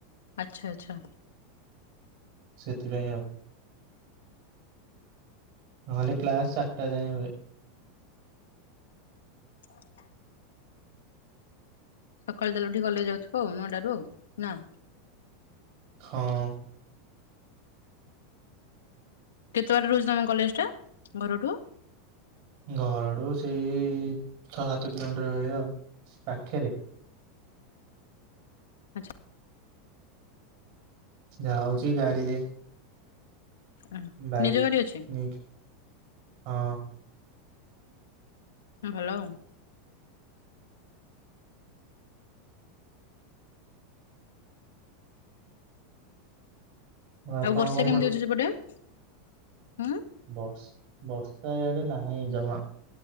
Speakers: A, on the left; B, on the right.
A: ଆଚ୍ଛା ଆଚ୍ଛା
B: ସେଥିପାଇଁ ଆଉ ନହେଲେ କ୍ଲାସ୍ ଚାରିଟା ଯାଏ ହୁଏ।
A: <inaudible> ସକାଳୁ ତାହାଲେ ଉଠିକି କଲେଜ ଯାଉଥିବ ଆଉ ନଅଟାରୁ ନା?
B: ହଁ।
A: କେତେ ବାର ରହୁଛି ତମ କଲେଜ ଟା ଘରଠୁ?
B: ଘରଠୁ ସେଇ ଛଅ ସାତ କିଲୋମିଟର ବେଳିଆ ପାଖିରେ
A: ଆଚ୍ଛା।
B: ଯାଉଛି ଗାଡିରେ
A: ଆ
B: ବାଇକ
A: ନିଜ ଗାଡି ଅଛି।
B: ନେଇକି ହଁ।
A: ଭଲ
B: ଆପଣ
A: ଆଉ ବର୍ଷା
B: କଣ
A: କେମିତି ଅଛି ସେପଟେ ହୁଁ
B: ବର୍ଷ ବର୍ଷା ଇଆଡେ ନାହିଁ ଜମା